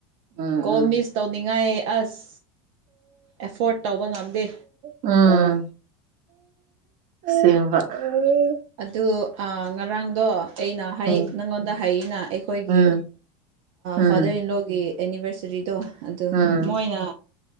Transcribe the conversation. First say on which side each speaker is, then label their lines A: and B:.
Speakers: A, on the right; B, on the right.
A: ꯎꯝ
B: ꯀꯣꯜ
A: ꯎꯝ
B: ꯃꯤꯁ ꯇꯧꯅꯤꯡꯉꯥꯏ ꯑꯁ ꯑꯦꯐꯣꯔꯠ ꯇꯧꯕ ꯉꯝꯗꯦ꯫
A: ꯎꯝ ꯁꯦꯡꯕ ꯎꯝ
B: ꯑꯗꯨ ꯑ ꯉꯔꯥꯡꯗꯣ ꯑꯩꯅ
A: ꯎꯝ
B: ꯅꯪꯉꯣꯟꯗ ꯍꯥꯏꯩꯅ ꯑꯩꯈꯣꯏꯒꯤ
A: ꯎꯝ ꯎꯝ
B: ꯐꯥꯗꯔ ꯏꯟꯂꯣꯒꯤ ꯑꯦꯅꯤꯚꯔꯁꯔꯤꯗꯣ ꯑꯗꯨ
A: ꯎꯝ
B: ꯃꯣꯏꯅ